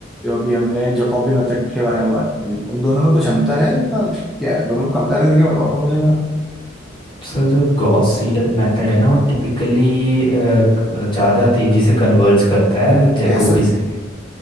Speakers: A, in the centre; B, on the left.
A: जो अभी हमने जकॉबी मेथड के बारे में बात की उन दोनों में कुछ अंतर है या क्या है दोनों को कंपेयर करके बताओ तो मुझे जरा
B: सर जो गॉस सीडल मेथड है ना वो टिपिकली ज़्यादा तेजी से कन्वर्ज करता है जैकोबी
A: कैसे
B: से